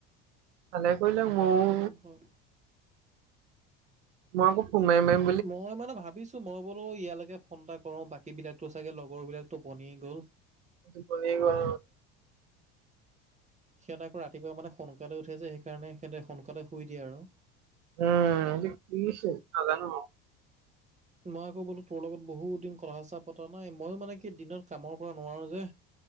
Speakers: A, on the right; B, on the right.
A: ভালে কৰিলে
B: সেইকাৰণে
A: ময়ো
B: বোলোঁ
A: মই আকৌ ফুন মাইম মাইম
B: মই মানে ভাবিছো? মই বোলো ইয়ালৈকে ফোন এটা কৰো বাকী বিলাকতো চাগে লগৰ বিলাক টোপনিয়ে গ'ল।
A: টোপনি গ'ল।
B: সিহঁতে আকৌ ৰাতিপুৱা মানে সোনকালে উঠে যে সেইকাৰণে সিহঁতে সোনকালে শুই দিয়ে আৰু।
A: উম, এ কিছে নাজানো আৰু।
B: মই আকৌ বোলো তোৰ লগত বহুত দিন কথা-চাথা পতা নাই, মইয়ো মানে কি দিনত কামৰ পৰা নোৱাৰো যে।